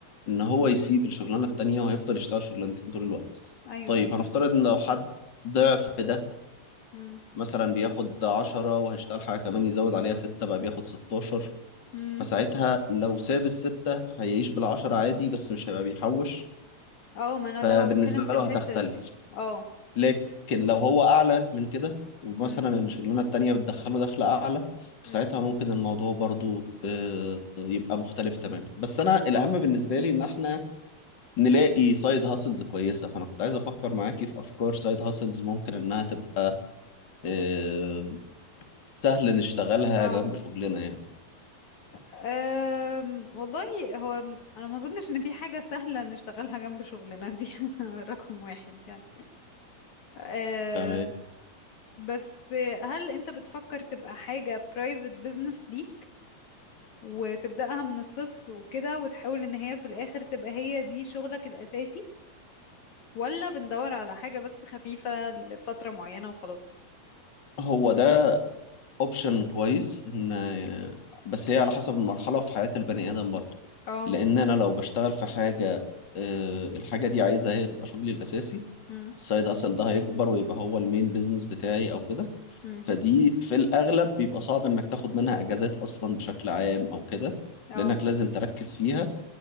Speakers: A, on the left (about 30°); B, on the left (about 55°).
A: ان هو يسيب الشغلانه التانية وهيفضل يشتغل شغلانتين طول الوقت
B: ايوه
A: طيب
B: ايوه
A: هنفترض ان لو حد ضعف ده
B: امم
A: مثلا بياخد 10 وهيشتغل حاجه كمان يزود عليها 6 بقى بياخد 16
B: امم
A: فساعتها لو ساب الستة هيعيش بالعشرة عادي بس مش هيبقى بيحوش
B: اه ما انا
A: فبالنسبة
B: ده بقى بتكلم في
A: له
B: الحتة
A: هتختلف
B: دي اه
A: لكن لو هو أعلى من كده ومثلا
B: امم
A: الشغلانة التانية بتدخله دخل أعلى فساعتها
B: امم
A: ممكن الموضوع برضو آه، يبقى مختلف تماما بس أنا الأهم بالنسبة لي إن إحنا نلاقي سايد هاسلز كويسة فأنا كنت عايز أفكر معاكي في أفكار سايد هاسلز ممكن إنها تبقى آه، سهل نشتغلها
B: اه
A: جنب شغلنا يعني
B: أم والله هو م- انا ما اظنش ان في حاجه سهله نشتغلها جنب شغلنا دي <laughs> رقم واحد يعني أم
A: تمام
B: بس هل انت بتفكر تبقى حاجه private business ليك وتبداها من الصفر وكده وتحاول ان هي في الاخر تبقى هي دي شغلك الاساسي ولا بندور على حاجه بس خفيفه لفتره معينه وخلاص
A: هو ده اوبشن كويس ان بس هي على حسب المرحله في حياه البني ادم برضه
B: اه
A: لان انا لو بشتغل في حاجه آه، الحاجه دي عايزها هي تبقى شغلي الاساسي
B: امم
A: السايد اصل ده هيكبر ويبقى هو المين بيزنس بتاعي او كده
B: امم
A: فدي في الاغلب بيبقى صعب انك تاخد منها اجازات اصلا بشكل عام او كده
B: اه
A: لانك لازم تركز فيها